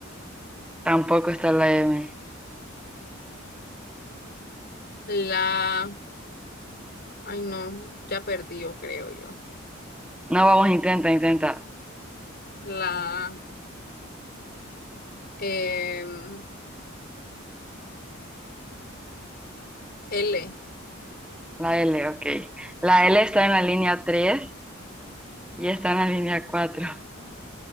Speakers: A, in the centre; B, on the left.
A: Tampoco está la M.
B: La, ay, no, ya perdí, yo creo yo.
A: No, vamos, intenta, intenta.
B: La em, L.
A: La L, ok. La L está en la línea 3 y está en la línea cuatro